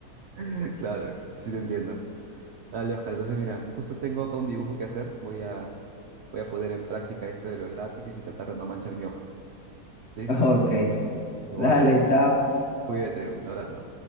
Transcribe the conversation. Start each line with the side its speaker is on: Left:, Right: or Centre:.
Right: <laughs> claro, sí te entiendo. Dale, Oscar, entonces mira, justo tengo acá un dibujo que hacer. Voy a, voy a poner en práctica esto de los lápices y tratar de no manchar mi hoja, ¿sí?
Left: Ok,
Right: Igual,
Left: dale, chao.
Right: cuídate, un abrazo.